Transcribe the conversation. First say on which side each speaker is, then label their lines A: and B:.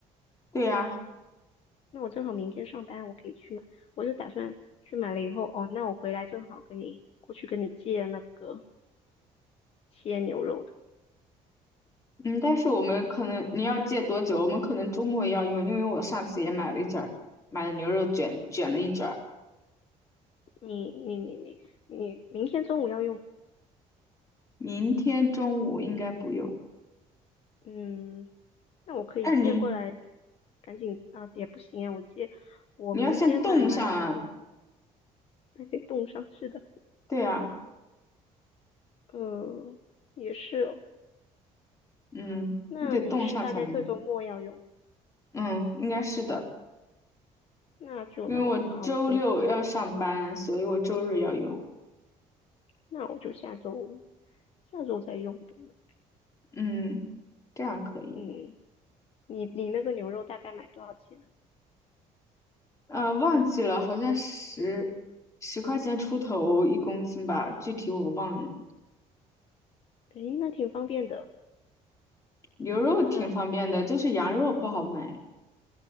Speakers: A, on the left; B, on the left.
A: 对呀，
B: 那我正好明天上班，我可以去买。我就打算去买了以后，哦，那我回来正好跟你过去跟你借那个切牛肉的。
A: 嗯，但是我们可能你要借多久？我们可能周末要用，因为我上次也买了一卷儿买了牛肉卷，卷了一卷儿
B: 你你你你你明天中午要用，
A: 明天中午应该不用，
B: 嗯，那我可以借过来，
A: 但是你
B: 赶紧啊，也不行啊，我借，我明天买完以后
A: 你要先冻上啊，
B: 还得冻上，是的，
A: 对啊，
B: 呃，也是哦，
A: 嗯，
B: 那你是大概这周末要用，
A: 你得冻上才能用，嗯，应该是的，
B: 那就那就算了，
A: 因为我周六要上班，
B: 我就下周再，
A: 所以我周日要用，
B: 那我就下周下周再用得了，
A: 嗯，这样可以，
B: 嗯，你你那个牛肉大概买多少钱啊？
A: 呃，忘记了，好像十十块钱出头一公斤吧，具体我忘了。
B: 诶，那挺方便的，
A: 牛肉挺方便的，
B: 那
A: 就是羊肉不好买，